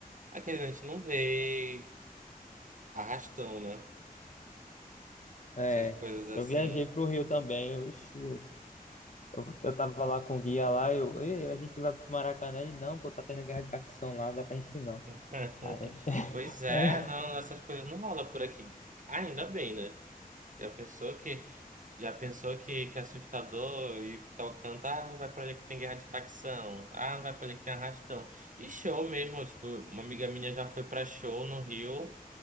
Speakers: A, on the right; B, on the left.
A: Aqui a gente não vê arrastão, né?
B: é.
A: Essas coisas assim.
B: Eu viajei pro Rio também, oxi, eu, eu tava lá com o guia lá, eu, ei, a gente vai pro Maracanã, ele, não, pô, tá tendo guerra de facção lá, não dá pra gente ir não.
A: <laughs>
B: Aí, <laughs>
A: Pois é, não, essas coisas não rolam por aqui. Ainda bem, né? Já pensou que Já pensou que, que é assustador e tal canto, ah, não vai pra ali que tem guerra de facção, ah, não vai pra ali que tem arrastão. E show mesmo, tipo, uma amiga minha já foi pra show no Rio,